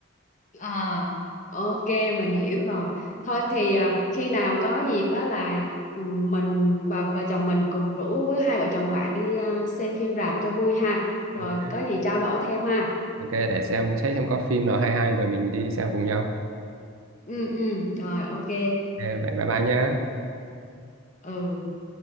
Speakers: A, on the left; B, on the right.
A: à ok mình hiểu rồi thôi thì à, khi nào có dịp á là ừ, mình và vợ chồng mình cùng rủ với hai vợ chồng bạn đi à, xem phim rạp cho vui ha rồi
B: Ok.
A: có gì trao đổi thêm ha
B: Ok, để xem xét xem có phim nào hay hay rồi mình đi xem cùng nhau.
A: ừ ừ rồi ok
B: Ok, vậy bye bye nhé.
A: ừ